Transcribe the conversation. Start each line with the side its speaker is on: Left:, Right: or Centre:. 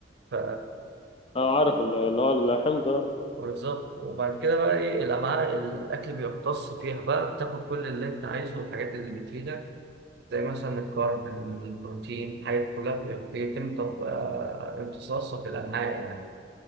Right: ف
Left: اه عارف ال- اللي هو اللحم ده
Right: وبالظبط وبعد كده بقى ايه الأمعاء الأكل بيمتص فيها بقى بتاكل كل اللي أنت عايزه والحاجات اللي بتفيدك زي مثلا الكارب البروتين الحاجات دي كلها بي- بيتم تم- آه، امتصاصها في الأمعاء يعني